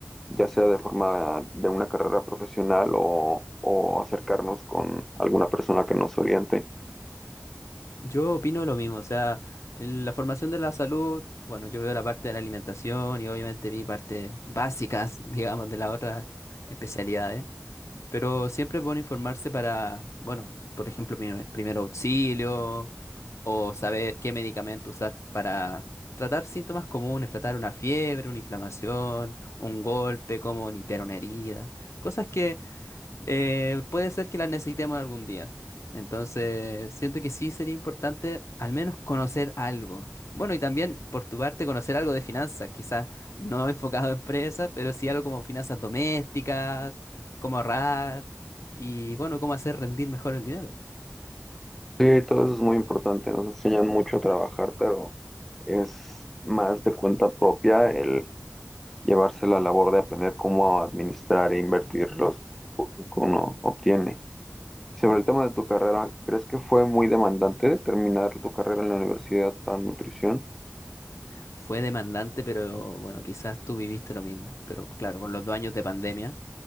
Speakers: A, in the centre; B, on the left.
A: ya sea de forma de una carrera profesional o, o acercarnos con alguna persona que nos oriente.
B: Yo opino lo mismo, o sea, en la formación de la salud, bueno, yo veo la parte de la alimentación y obviamente vi partes básicas, <laughs> digamos, de las otras especialidades Pero siempre es bueno informarse para, bueno, por ejemplo, pri- primer auxilio o saber qué medicamento usar para tratar síntomas comunes, tratar una fiebre, una inflamación, un golpe, cómo limpiar una herida. Cosas que eh, puede ser que las necesitemos algún día. Entonces, siento que sí sería importante al menos conocer algo. Bueno, y también por tu parte conocer algo de finanzas, quizás no <laughs> enfocado a empresas, pero sí algo como finanzas domésticas, cómo ahorrar y bueno, cómo hacer rendir mejor el dinero.
A: Sí, todo eso es muy importante. Nos enseñan mucho a trabajar, pero es más de cuenta propia el llevarse la labor de aprender cómo administrar e invertir los que uno obtiene. Sobre el tema de tu carrera, ¿crees que fue muy demandante terminar tu carrera en la universidad para nutrición?
B: Fue demandante, pero bueno, quizás tú viviste lo mismo. Pero claro, por los dos años de pandemia,